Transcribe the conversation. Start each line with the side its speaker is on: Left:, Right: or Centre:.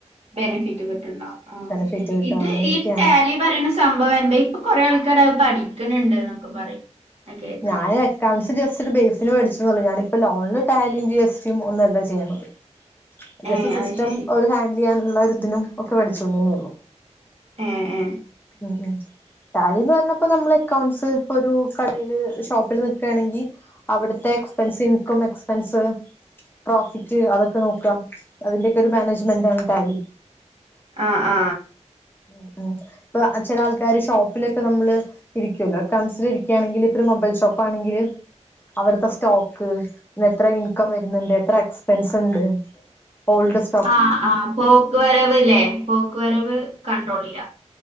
Right: ബെനിഫിറ്റ് കിട്ടുണ്ടോ ആ
Left: ബെനിഫിറ്റ്
Right: ശെരി.
Left: കിട്ടും
Right: ഇത്
Left: അങ്ങനെയൊക്കെയാണ്
Right: ഈ ടാലി പറയണ സംഭവം എന്താ, ഇപ്പൊ കൊറെ ആൾകാര് അത് പഠിക്ക്ണണ്ട് എന്നൊക്കെ പറയും. ഞാൻ കേക്കാം
Left: ഞാന് കൗൺസ് ജസ്റ്റ് ഒരു ബേസിന് പഠിച്ച്ന്നോള്ളൂ. ഞാനിപ്പ ലോണില് ടാലിയും ജി എസ് ടി ഒന്നും അല്ല ചെയുന്നത്. ജസ്റ്റ്‌
Right: ഏ
Left: സിസ്റ്റം
Right: അത് ശരി
Left: ഒരു ഹാൻഡിൽ ചെയ്യാനുള്ള ഒരുതിനും ഒക്കെ പഠിച്ചുന്നന്നെ ഒള്ളു.
Right: ഏഹ് ഏ.
Left: ഉം ഉം ടാലിന്ന് പറഞ്ഞ പ്പ നമ്മള് അക്കൗണ്ട്സ് ഇപ്പൊരു ക ടയില് ഷോപ്പില് നിക്കേണെങ്കി അവിടുത്തെ എക്സ്പെൻസ് ഇൻകം എക്സ്പെൻസ്, പ്രോഫിറ്റ് അതൊക്കെ നോക്ക അതിന്റെയോക്കെ ഒരു മാനേജ്മെന്റണ് ടാലി.
Right: ആഹ് ആ.
Left: ഉം ഉം ഇപ്പൊ ചില ആൾക്കാര് ഷോപ്പിലൊക്കെ നമ്മള് ഇരിക്കല്ലോ കൺസില ക്കാണെങ്കില് ഇപ്പം മൊബൈൽ ഷോപ്പാണെങ്കില്, അവിടുത്തെ സ്റ്റോക്ക് ഇന്ന് എത്ര ഇൻകം വരുന്നുണ്ട് എത്ര എക്സ്പെൻസ് ഉണ്ട് ഓൾഡ്സ്
Right: ആ ആ പോക്ക് വരവ് ലേ പോക്ക് വരവ് കണ്ട്രോൾ ചെയ്യ